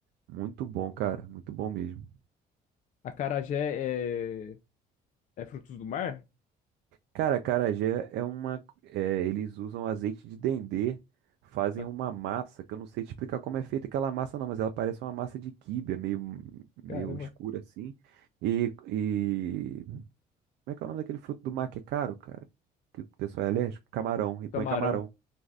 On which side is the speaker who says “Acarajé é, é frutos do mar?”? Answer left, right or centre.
Left